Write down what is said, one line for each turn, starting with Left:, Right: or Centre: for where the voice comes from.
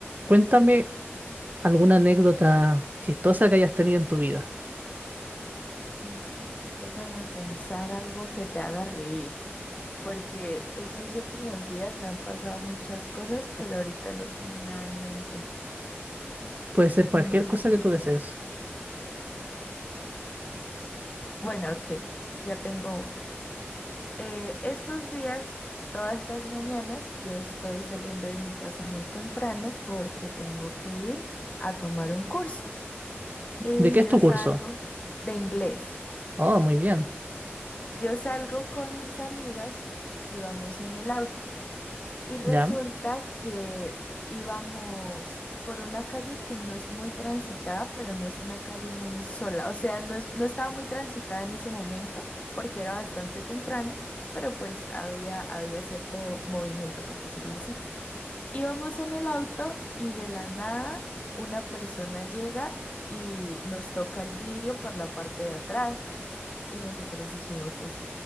Right: Cuéntame alguna anécdota chistosa que hayas tenido en tu vida.
Left: Mm, Déjame pensar algo que te haga reír, porque estos últimos días me han pasado muchas cosas, pero ahorita no tengo nada en mente.
Right: Puede ser cualquier
Left: Mm,
Right: cosa que tú desees.
Left: Bueno, ok, ya tengo una. Eh, estos días, todas las mañanas, yo estoy saliendo de mi casa muy temprano porque tengo que ir a tomar un curso y
Right: ¿De qué es
Left: yo
Right: tu
Left: salgo
Right: curso?
Left: de inglés.
Right: Oh, muy bien.
Left: Yo salgo con mis amigas y vamos en el auto. Y resulta
Right: Ya.
Left: que íbamos por una calle que no es muy transitada, pero no es una calle muy sola. O sea, no es, no estaba muy transitada en ese momento porque era bastante temprano, pero pues había, había cierto movimiento, por decirlo así. Íbamos en el auto y de la nada una persona llega y nos toca el vidrio por la parte de atrás. Y nosotros dijimos, pues,